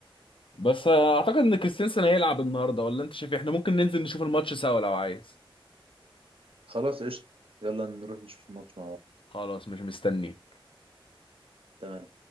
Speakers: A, on the left; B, on the right.
A: بس آه، اعتقد ان كريستنسن هيلعب النهارده ولا انت شايف إيه؟ احنا ممكن ننزل نشوف الماتش سوا لو عايز
B: خلاص قشطه يلا نروح نشوف الماتش مع بعض
A: خلاص مش مستني
B: تمام